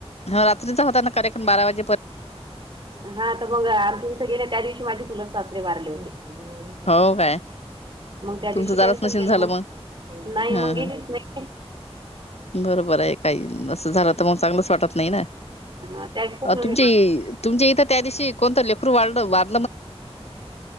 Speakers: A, on the left (about 75°); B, on the right (about 45°).
A: ह रात्रीचा होताना कार्यक्रम बारा वाजे
B: हा तर मग अर्जी इथ गेले त्या दिवशी माझे चुलत सासरे वारले होते ओढ
A: हो काय
B: मग त्या
A: तुमचं
B: दिवशी
A: जाणच
B: कॅन्सल
A: नशीन
B: केलं
A: झालं
B: मग नाही
A: हा
B: मग
A: हा
B: गेलीच नाही.
A: बरोबर आहे काही असं झालं तर मग चांगलंच वाटत नाही ना.
B: हा त्या खूप
A: अ
B: हे
A: तुमची तुमच्या इथं त्या दिवशी कोणतं लेखरू वाड वार